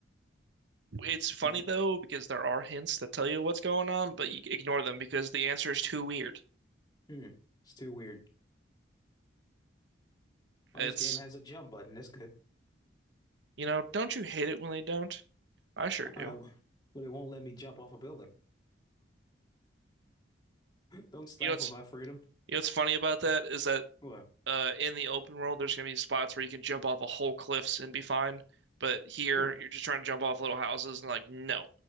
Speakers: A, on the right (about 65°); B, on the left (about 20°).
A: It's funny
B: I'm, d-
A: though because there are hints that tell you what's going on, but you ignore them because the answer is too weird.
B: hmm. It's too weird.
A: It's,
B: Oh, this game has a jump button. That's good.
A: you know, don't you hate it when they don't? I sure do.
B: Uh, but it won't let me jump off a building. <laughs> Don't stifle
A: You know what's
B: my freedom.
A: you know what's funny about that is that
B: What?
A: uh in the open world there's gonna be spots where you can jump off a whole cliffs and be fine, but here
B: Yeah.
A: you're just trying to jump off little houses and like no.